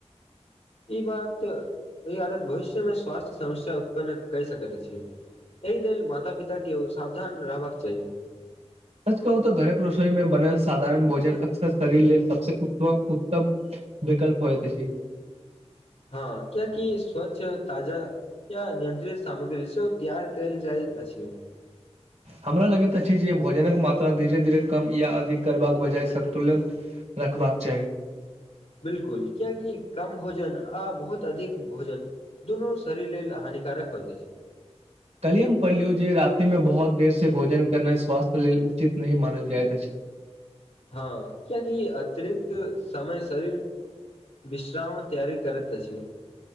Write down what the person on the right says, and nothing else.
सच कहू तऽ घरक रसोई मे बनल साधारण भोजन अक्सर शरीर लेल सबसे उत्तम विकल्प होइत अछि।
हमरा लगैत अछि जे भोजनक मात्रा धीरे धीरे कम या अधिक करबाक बजाय सन्तुलन रखबाक चाही।
कल ही हम पढ़लियौ जे राति मे बहुत देर से भोजन करनाइ स्वास्थ्य लेल उचित नहीं मानल जाइत अछि।